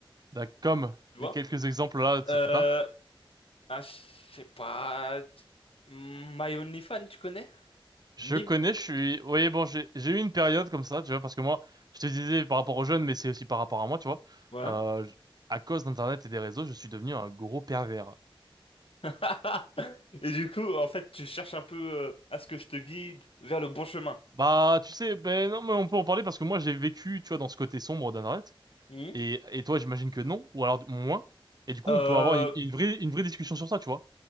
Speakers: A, on the right (about 45°); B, on the left (about 75°).
A: D'ac- Comme
B: tu vois.
A: quelques exemples là, tu
B: Euh
A: sais que t'as.
B: ah, je sais pas tu- My OnlyFans, tu connais?
A: Je
B: Mime.
A: connais, je suis. Oui, bon, j'ai j'ai eu une période comme ça, tu vois, parce que moi, je te disais par rapport aux jeunes, mais c'est aussi par rapport à moi, tu vois.
B: Ouais.
A: Euh, j- à cause d'Internet et des réseaux, je suis devenu un gros pervers.
B: <laughs> Et du coup, en fait, tu cherches un peu euh, à ce que je te guide vers le bon chemin.
A: Bah, tu sais, ben non, mais on peut en parler parce que moi, j'ai vécu, tu vois, dans ce côté sombre d'Internet.
B: Mhm.
A: Et, et toi, j'imagine que non, ou alors moins. Et du coup,
B: Euh,
A: on peut avoir une, une vraie, une vraie discussion sur ça, tu vois.